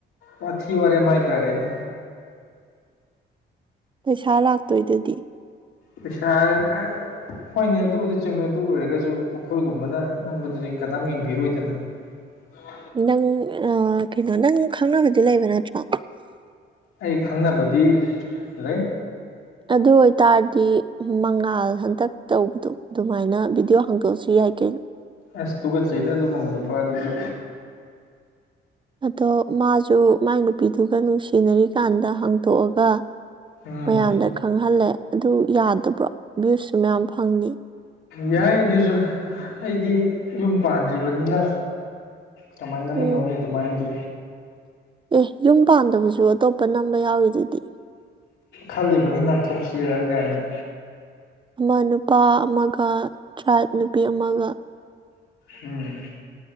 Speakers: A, on the left; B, on the right.
A: ꯋꯥꯊꯤ ꯋꯥꯔꯦ ꯃꯥꯥꯏ ꯇꯔꯦꯅꯦ
B: ꯄꯩꯁꯥ ꯂꯥꯛꯇꯣꯏꯗꯨꯗꯤ
A: ꯄꯩꯁꯥ ꯑ <unintelligible> ꯍꯣꯏꯅꯦ ꯑꯗꯨꯕꯨꯗꯤ ꯆꯨꯝꯃꯦ ꯑꯗꯨ ꯑꯣꯏꯔꯒꯁꯨ ꯑꯩꯈꯣꯏꯒꯨꯝꯕꯅ ꯅꯝꯕꯗꯨꯗꯤ ꯀꯅꯥꯝ ꯌꯦꯡꯕꯤꯔꯣꯏꯗꯅ ꯎ <unintelligible>
B: ꯅꯪ ꯑ ꯀꯩꯅꯣ ꯅꯪ ꯈꯪꯅꯕꯗꯤ ꯂꯩꯕ ꯅꯠꯇ꯭ꯔꯣ
A: ꯑꯩ ꯈꯪꯅꯕꯗꯤ ꯂꯩ
B: ꯑꯗꯨ ꯑꯣꯏꯇꯥꯔꯗꯤ ꯃꯉꯥꯜ ꯍꯟꯇꯛ ꯇꯧꯕꯗꯣ ꯑꯗꯨꯃꯥꯏꯅ ꯚꯤꯗꯤꯑꯣ ꯍꯥꯡꯗꯣꯛꯑꯁꯨ ꯌꯥꯏ ꯍꯥꯏꯀ <unintelligible>
A: ꯑꯁ ꯇꯨꯀꯠꯆꯩꯗ ꯑꯗꯨꯒꯨꯝꯕ ꯅꯨꯄꯥ ꯑꯗꯨꯗꯤ
B: ꯑꯗꯣ ꯃꯥꯁꯨ ꯃꯥꯏ ꯅꯨꯄꯤꯗꯨꯒ ꯅꯨꯡꯁꯤꯅꯔꯤꯀꯥꯟꯗ ꯍꯥꯡꯇꯣꯛꯑꯒ
A: ꯎꯝ
B: ꯃꯌꯥꯝꯗ ꯈꯪꯍꯜꯂꯦ ꯑꯗꯨ ꯌꯥꯗꯕ꯭ꯔꯣ ꯚ꯭ꯌꯨꯁꯨ ꯃꯌꯥꯝ ꯐꯪꯅꯤ
A: ꯌꯥꯏ ꯑꯗꯨꯁꯨ ꯑꯩꯗꯤ ꯌꯨꯝ ꯄꯥꯟꯗ꯭ꯔꯤꯕꯅꯤꯅ ꯀꯃꯥꯏ ꯅꯝꯃꯤꯟꯅꯧꯅꯤ
B: ꯎꯝ
A: ꯑꯗꯨꯃꯥꯏꯅꯗꯤ
B: ꯑꯦ ꯌꯨꯝ ꯄꯥꯟꯗꯕꯁꯨ ꯑꯇꯣꯞꯄ ꯅꯝꯕ ꯌꯥꯎꯋꯤ ꯖꯤꯗꯤ
A: ꯈꯜꯂꯤꯕꯅꯤ ꯅꯝꯊꯣꯛꯁꯤꯔ ꯒꯥꯏꯅ
B: ꯑꯃ ꯅꯨꯄꯥ ꯑꯃꯒ ꯇ꯭ꯔꯥꯏꯕ ꯅꯨꯄꯤ ꯑꯃꯒ
A: ꯎꯝ <unintelligible>